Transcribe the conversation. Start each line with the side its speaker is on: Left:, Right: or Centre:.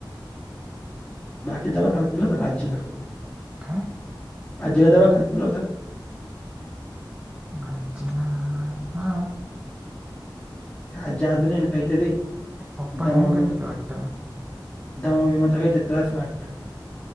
Left: बाकी त्याला दवाखान्यात दिलं होत राज्य राज्याला
Right: काय
Left: दवाखान्यात दिलं होत
Right: भंजना हा
Left: आज जागरण हाय ना कायतरी
Right: पप्पा
Left: दम
Right: घेऊन
Left: मग
Right: गेले ते वाटतं ना.
Left: दमा बिमाचा काही तरी त्रास वाटत